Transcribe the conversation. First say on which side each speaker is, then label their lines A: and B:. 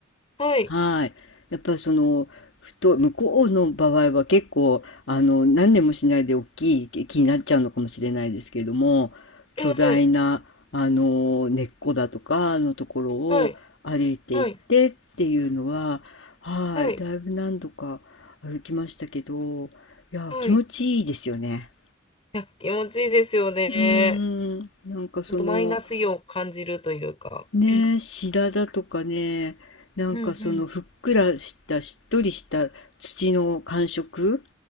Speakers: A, on the left (about 30°); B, on the left (about 70°).
A: はい。
B: はい。やっぱりその、ふと、向こうの場合は結構、あの、何年もしないで大きい木木になっちゃうのかもしれないですけれども、巨大な、
A: ええ。
B: あの、根っこだとかのところを歩いていってっていうのは、
A: はい。はい。
B: はい。
A: はい。
B: だいぶ何度か歩きましたけど、いや、
A: はい。
B: 気持ちいいですよね。
A: いや、気持ちいいですよね。
B: うーん。なんかその、
A: あとマイナスイオンを感じるというか。
B: ねえ、
A: うん
B: 白髪とかね、なんかそのふっくらしたしっとりした土の感触
A: うん